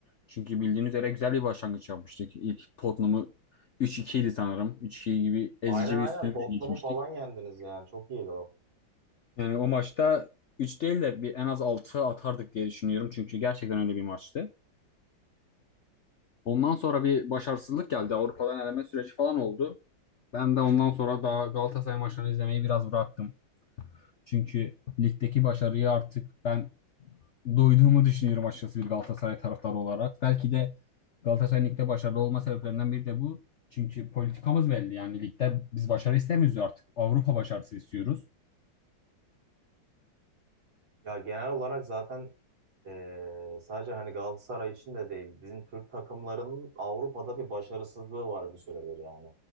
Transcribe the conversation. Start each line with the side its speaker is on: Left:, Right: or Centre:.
Left: Çünkü bildiğiniz üzere güzel bir başlangıç yapmıştık. İlk Tottenham'ı 3-2 idi sanırım. 3-2 gibi ezici
Right: Aynen aynen
Left: bir üstünlükle
Right: Tottenham'ı
Left: geçmiştik.
Right: falan yendiniz yani çok iyiydi o.
Left: Yani o maçta 3 değil de bir en az 6 atardık diye düşünüyorum. Çünkü gerçekten öyle bir maçtı. Ondan sonra bir başarısızlık geldi. Avrupa'dan eleme süreci falan oldu. Ben de ondan sonra daha Galatasaray maçlarını izlemeyi biraz bıraktım. Çünkü ligdeki başarıya artık ben doyduğumu düşünüyorum açıkçası bir Galatasaray taraftarı olarak. Belki de Galatasaray'ın ligde başarılı olma sebeplerinden biri de bu. Çünkü politikamız belli. Yani ligde biz başarı istemiyoruz artık. Avrupa başarısı istiyoruz.
Right: Ya genel olarak zaten eee, sadece hani Galatasaray için de değil, bizim Türk takımlarının Avrupa'da bir başarısızlığı var bir süredir yani.